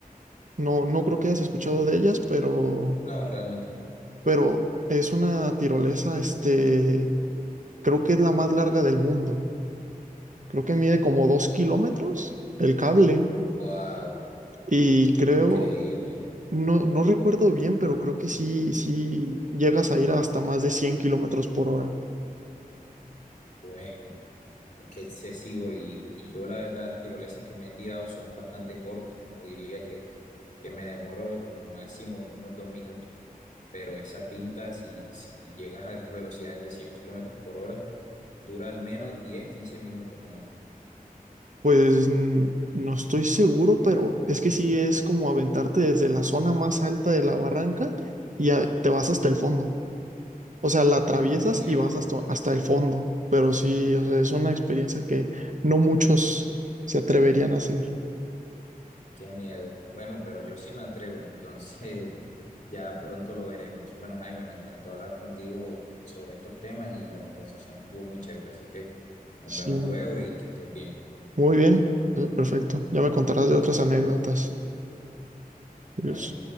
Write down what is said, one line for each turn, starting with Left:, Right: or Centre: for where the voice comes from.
Right: No, no creo que hayas escuchado de ellas, pero,
Left: No, realmente no.
Right: pero es una tirolesa, este, creo que es la más larga del mundo. creo que mide como dos kilómetros el cable
Left: Wow,
Right: y creo,
Left: increíble.
Right: no, no recuerdo bien, pero creo que sí, sí llegas a ir hasta más de 100 kilómetros por hora.
Left: Bueno, es excesivo y, y yo la verdad las tirolesas que me he tirado son bastante cortas. No diría que, que me demoro como máximo unos dos minutos, pero esa pinta, si, si llegas a velocidades de 100 kilómetros por hora, dura al menos 10 15 minutos o no.
Right: Pues mm, no estoy seguro, pero es que sí es como aventarte desde la zona más alta de la barranca y a- te vas hasta el fondo. O sea, la atraviesas
Left: No, qué miedo.
Right: y vas hasta, hasta el fondo, pero sí, o sea, es una experiencia que no muchos se atreverían a hacer.
Left: Qué miedo. Bueno, pero yo sí me atrevo, entonces <laughs> ya pronto lo veremos. Bueno, Jaime, me encantó hablar contigo sobre estos temas y la conversación estuvo muy chévere, así que nos
Right: Sí.
Left: vemos luego y que estés bien.
Right: Muy bien, eh, perfecto. Ya me contarás de otras anécdotas. Adiós.
Left: Dale.